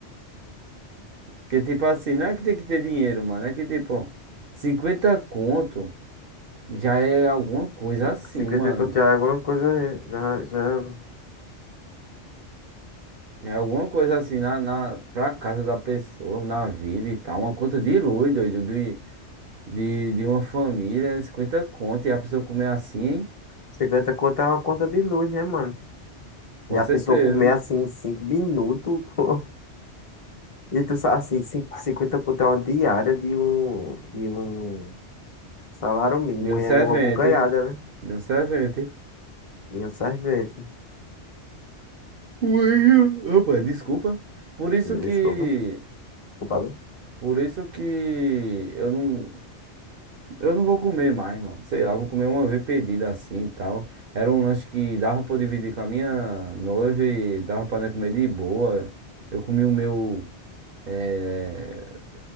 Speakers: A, on the right; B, on the left.
A: Porque, tipo assim, não é que tem que ter dinheiro, mano, é que, tipo, 50 conto... Já é alguma coisa
B: Ci-
A: assim,
B: 50
A: mano.
B: conto já é alguma coisa. Já, já...
A: Já É alguma coisa assim na, na, pra casa da pessoa, na vida e tal. Uma conta de luz, doido, de, de, de uma família, 50 conto, e a pessoa comer assim,
B: cinquenta conto é uma conta de luz, né, mano?
A: com
B: E a
A: certeza.
B: pessoa comer assim em 5 minutos. <laughs> E tu sabe assim, cin- 50 conto é uma diária de um, de um salário mínimo,
A: De um
B: e
A: servente,
B: é numa bucanhada,
A: de um servente.
B: E o sorvete.
A: Ui, Opa, desculpa. Por isso
B: Desculpa,
A: que,
B: culpado.
A: por isso que eu não, Eu não vou comer mais, mano. Sei lá, vou comer uma vez pedida assim e tal. Era um lanche que dava pra eu dividir com a minha noiva e dava pra nós comer de boa. Eu comi o meu eh,